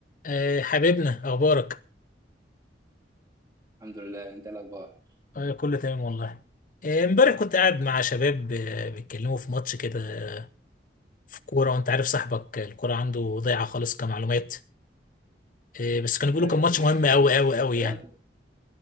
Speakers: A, on the left (about 45°); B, on the right (about 20°).
A: آه، حبيبنا اخبارك
B: الحمد لله انت إيه الاخبار
A: آه، كله تمام والله آه، امبارح كنت قاعد مع شباب آه، بيتكلموا في ماتش كده آه، في كوره وانت عارف صاحبك آه، الكوره عنده ضايعه خالص كمعلومات آه، بس كانوا بيقولوا
B: ايوه
A: كان ماتش
B: ايوه
A: مهم قوي
B: <laughs>
A: قوي قوي
B: لا
A: يعني